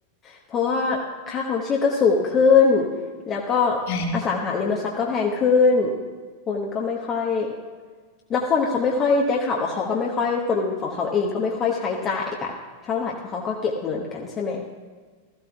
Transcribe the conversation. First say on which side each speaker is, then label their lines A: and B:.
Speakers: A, on the left; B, on the left.
A: เพราะว่าค่าครองชีพก็สูงขึ้น แล้วก็
B: ใช่
A: อสังหาริมทรัพย์ก็แพงขึ้น คนก็ไม่ค่อยแล้วคนเขาไม่ค่อยได้ข่าวว่าเขาก็ไม่ค่อยคนของเขาเองก็ไม่ค่อยใช้จ่ายแบบเท่าไหร่เพราะเขาก็เก็บเงินกันใช่ไหม